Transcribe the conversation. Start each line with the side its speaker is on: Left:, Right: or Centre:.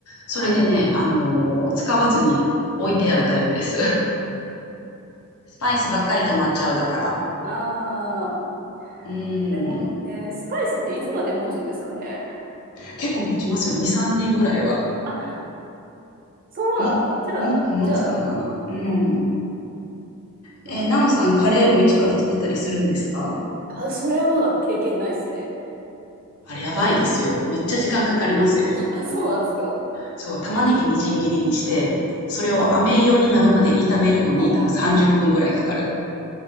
Left: それでね、
Right: うん。
Left: あのー使わずに置いてあるタイプです。
Right: うん。
Left: <laughs> スパイスばっかり溜まっちゃうだから。
Right: ああ。
Left: うん。
Right: レモン、ね、スパイスっていつまで持つんですかね。
Left: 結構持ちますよ。2、3年ぐらいは。
Right: あ、そうなんだ。
Left: も、
Right: じゃあ、
Left: もっと持つかな。
Right: じゃあ、
Left: うん。
Right: うん。
Left: えー、
Right: まあね。
Left: なおさん、カレーも一から作ったりするんですか
Right: あ、それはまだ経験ないですね。
Left: あれやばいですよ。めっちゃ時間かかりますよ。
Right: あ、そうなんですか。
Left: そう、玉ねぎみじん切りにして、それを飴色になるまで炒めるのに多分30分ぐらいかかる。
Right: はい。うんうん